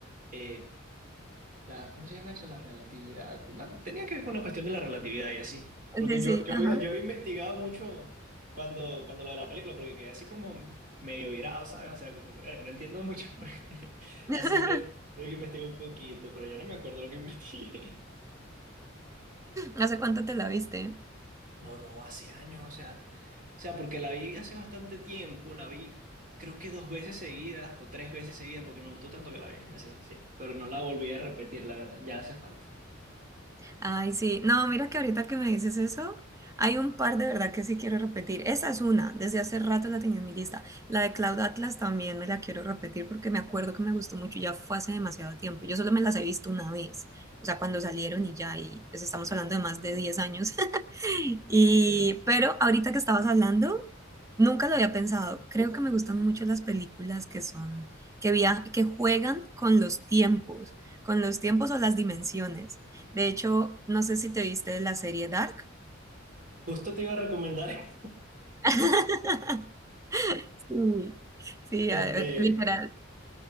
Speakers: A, on the right; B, on the right.
A: eh, la, ¿cómo se llama eso? La relatividad. Una- tenía que ver con una cuestión de la relatividad y así. Porque
B: sí,
A: yo,
B: sí,
A: yo
B: ajá.
A: había, yo había investigado mucho cuando, cuando lo de la película, porque quedé así como medio virado, ¿sabes? O sea, como que "Ay, no entiendo mucho. <laughs>
B: <laughs>
A: Así que tuve que investigar un poquito, pero ya no me acuerdo lo que <laughs> investigué.
B: ¿Hace cuánto te la viste?
A: No, no, hace años, o sea, o sea, porque la vi hace bastante tiempo, la vi creo que dos veces seguidas o tres veces seguidas porque me gustó tanto que la vi, sí, sí, pero no la volví a repetir, la verdad, ya hace falta.
B: Ay, sí. No, mira que ahorita que me dices eso, hay un par de verdad que sí quiero repetir. Esa es una, desde hace rato la tenía en mi lista. La de Cloud Atlas también me la quiero repetir porque me acuerdo que me gustó mucho, ya fue hace demasiado tiempo. Yo solo me las he visto una vez, o sea, cuando salieron y ya, y pues estamos hablando de más de 10 años. <laughs> Y, pero ahorita que estabas hablando, nunca lo había pensado. Creo que me gustan mucho las películas que son, que via- que juegan con los tiempos, con los tiempos o las dimensiones. De hecho, no sé si te viste la serie Dark.
A: Justo te iba a recomendar,
B: <laughs> Sí, sí,
A: <laughs>
B: a-
A: este,
B: eh, literal.